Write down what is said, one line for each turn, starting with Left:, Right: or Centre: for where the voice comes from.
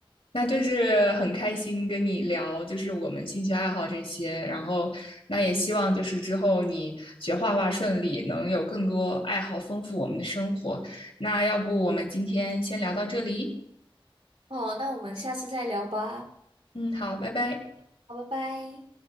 Left: 那就是很开心跟你聊，就是我们兴趣爱好这些，然后那也希望就是之后你学画画顺利，能有更多爱好丰富我们的生活。那要不我们今天先聊到这里？
Right: 好，那我们下次再聊吧。
Left: 嗯，好，拜拜。
Right: 好，拜拜。